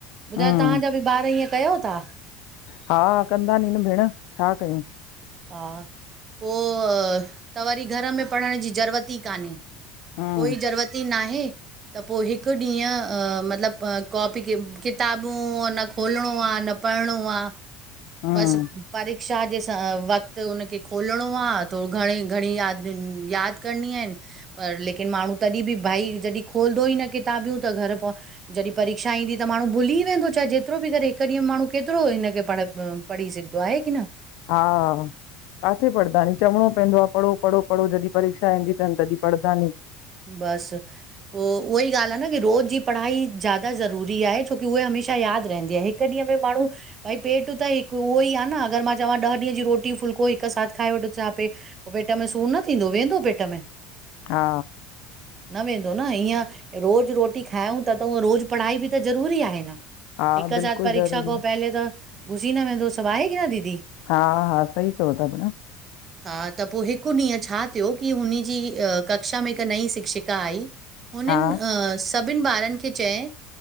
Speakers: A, on the right; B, on the left.
A: ॿुधायो,
B: हम्म
A: तव्हां जा बि ॿार हअं कयो था?
B: हा कंदा नी न भेण छा कयूं।
A: हा पोइ त वरी घर में पढ़ण जी ज़रूरत ई कान्हे।
B: हम्म
A: कोई ज़रूरत ई नाहे। त पोइ हिकु ॾींहुं मतलबु कॉपी किताबूं न खोलणो आहे न। पढणो आहे
B: हम्म
A: बस परीक्षा जे। वक़्तु उनखे खोलणो आहे थो घणे घणी याद यादि करणी है, पर लेकिन। माण्हू तॾहिं बि भाई जॾहिं खोलंदो ई न किताबियूं, त घर पो जॾहिं परीक्षा ईंदी त माण्हू भुली वें वेंदो चाहे जेतिरो बि करे हिकु ॾींहुं माण्हू केतिरो हिनखे पढ पढ़ी सघंदो आहे की न।
B: हा। काथे पढ़दा नी चवणो पवंदो आहे पढ़ो पढ़ो पढ़ो जॾहिं परीक्षा ईंदी अथनि तॾहिं पढ़दा नी।
A: बस पोइ उहा ई ॻाल्हि आहे न की रोज़ जी पढ़ाई ज्यादा ज़रूरी आहे छोकी उहे हमेश। हमेशह यादि रहंदी आहे हिकु ॾींहं में माण्हू भई, पेट त हिकु उहो ई आहे, न अगरि मां चवां डह डींह जी रोटी। फुल्को हिकु साथ खाई वठो छाा पे पेट में सूर न थींदो वेंदो पेट में?
B: हा।
A: न वेंदो न ईअं रोज़ु रोटी खायूं था त उअ रोज़ु पढ़ाई बि त ज़रूरी आहे न।
B: हा
A: हिकु
B: बिल्कुलु
A: साथ परीक्षा
B: ज़रूरी
A: को
B: आहे
A: पहले त घुसी न वेंदो सभु आ आहे की न दीदी?
B: हा-हा सई चओ था भेण।
A: हा त पोइ हिकु ॾींहुं छा थियो की हुनजी कक्षा में हिकु नई शिक्षिका आई। हुनिन
B: हा
A: अ। सभिननि ॿारनि खे चयाईं,